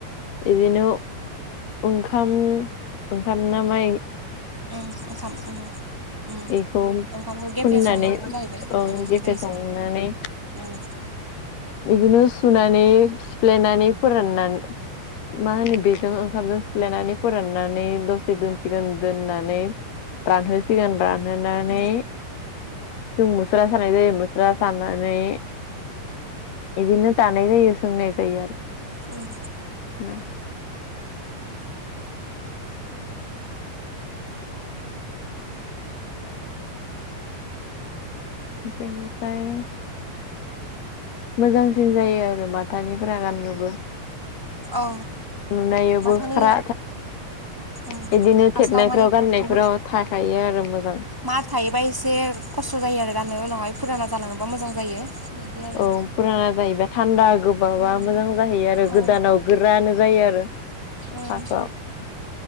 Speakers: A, on the left; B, in the centre.
A: बिदिनो ओंखाम ओंखाम नामा
B: उम ओंखाम उम उम
A: बेखौ
B: ओंखामखौ गेफे
A: फुननानै
B: संनांगौ जाहैबाय
A: ओं गेफे
B: दैजों
A: संनानै
B: उम
A: बिदिनो सुनानै सिफ्लेनानै फोराननानै मा होनो बेजों ओंखामजों सिफ्लायनानै फोराननानै दसे दोनसिगोन दोननानै रानहोसिगोन रानहोनानै
B: उम
A: जों मुस्रा सानाय जायो मुस्रा सानानै बिदिनो दानाय जायो सोंनाय जायो आरो।
B: उम
A: ना ओमफ्राय बेनिफ्राय मोजांसिन जायो आरो माथानिफ्रा गाननोबो।
B: औ
A: नुनायावबो
B: माथानि
A: ख्रा
B: उम
A: बिदिनो
B: फार्स्टआव
A: थेबनायफ्राव
B: माने
A: गानायफ्राव
B: बुहुद
A: थाखायो आरो मोजां
B: मार थायोबा एसे खस्थ' जायो आरो गाननो उनावहाय फुराना जालाङोबा मोजां जायो। बिदि आरो
A: औ फुराना जायोबा थान्दा गोबाबा
B: उम
A: मोजां जाहैयो आरो
B: औ
A: गोदानाव गोरानो जायो आरो।
B: उम
A: फार्स्टआव